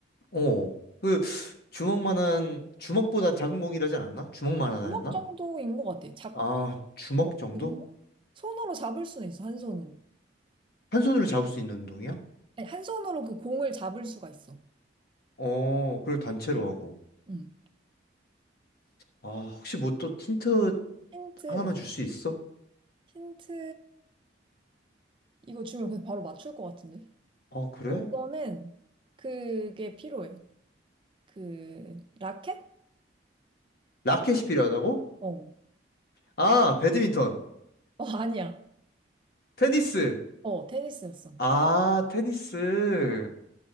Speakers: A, on the left; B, on the right.
A: 어, 그 주먹만한 주먹보다 작은 공이라지 않았나? 주먹만하다
B: 주먹
A: 했나?
B: 정도인 것 같아. 작,
A: 아, 주먹
B: 어,
A: 정도?
B: 그 정도? 손으로 잡을 수는 있어, 한 손으로.
A: 한 손으로 잡을 수 있는 운동이야?
B: 아니, 한 손으로 그 공을 잡을 수가 있어.
A: 어, 그리고 단체로
B: 네.
A: 하고.
B: 응.
A: 아, 혹시 뭐 또 힌트
B: 힌트,
A: 하나만 줄 수 있어?
B: 힌트, 이거 주면 그냥 바로 맞출 것 같은데.
A: 어 그래?
B: 이거는 그게 필요해. 그, 라켓?
A: 라켓이 필요하다고?
B: 어.
A: 아, 배드민턴.
B: 어, 아니야.
A: 테니스.
B: 어, 테니스였어.
A: 아, 테니스.